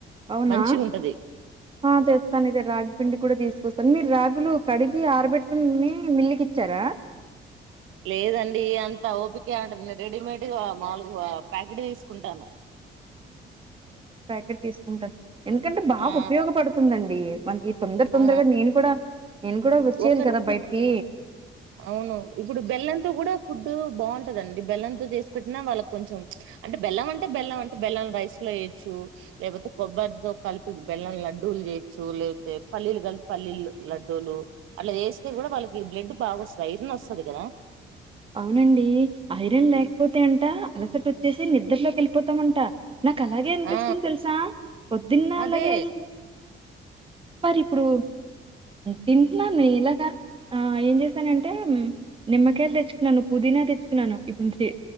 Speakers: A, on the right; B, on the right.
A: అవునా
B: మంచిగా ఉంటది
A: ఆ తెస్తాను ఇద రాగి పిండి కూడా తీసుకొస్తాను మీరు రాగులు కడిగి ఆర్బెట్ ప్పు మిలి విచ్చార
B: లేదండి అంత ఓపిక అంట రెడీమేడ్ మా ను్ ప్యాకెట్ తీసుకుంటాను
A: అక్క తీసుకుంటారు ఎందుకంటే బాగా
B: ఆ
A: ఉపయోగపడుతుందండి మజ తొందర తొందరగా
B: ఆ
A: నేను కూడా నేను కూడా వచ్చేయాలి
B: ఒక
A: కదా బయటికి
B: అవును ఇప్పుడు బెల్లంతో కూడా ఫుడ్ బాగుంటదండి బెల్లంతో చేసుకుట్టినా వాళ్ళకి కొంచెం అంటే బెల్లం అంటే బెల్ం అంటే బెల్లం రైస్ లో వయచ్చు లేకపోతే కొబ్బరితో కలిపి బెల్లం లడ్డూలు చేయచ్చు లేకపోతే పల్లీలు కలిపి పల్లీలు లడ్డూలు అలా చేస్తే కూడా వాళ్ళకి బ్లెడ్ బాగు వస్ ఇన్న వస్తం అదిగనా
A: అవునండి ఐరన్ లేకపోతే అంట అలసట వచ్చేసి నిద్రలోకి వెళ్ళిపోతామంట నాకు అలాగే అనిపిస్తుంది
B: ఆ
A: తెలుసా పొద్దున్న
B: అదే
A: అలాగే అయింది మరి ఇప్పుడు తింటున్నాను ఇలాగా ఆ ఏం చేస్తానంటే నిమ్మకాయలు తెచ్చు పుదీనా తెచ్చుకున్నాను ఇప్పుడు